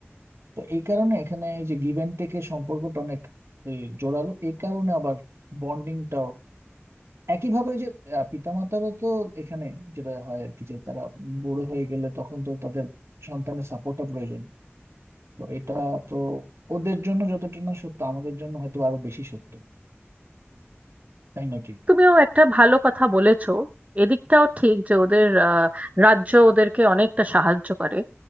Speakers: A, on the right; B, on the right.
A: তো এই কারণে এখানে এই যে গিভ অ্যান্ড টেকের সম্পর্কটা অনেক এ, জোরালো এই কারণে আবার বন্ডিংটাও একইভাবে ওই যে আহ, পিতামাতারও তো এখানে যেটা হয় আর কি যে তারা বুড়ো হয়ে গেলে তখন তো তাদের সন্তানের সাপোর্টটা প্রয়োজন তো এটা তো ওদের জন্য যতটা না সত্য আমাদের জন্য হয়তো আরো বেশি সত্য তাই নাকি
B: তুমিও একটা ভালো কথা বলেছো এদিকটাও ঠিক যে ওদের আহ, রাজ্য ওদেরকে অনেকটা সাহায্য করে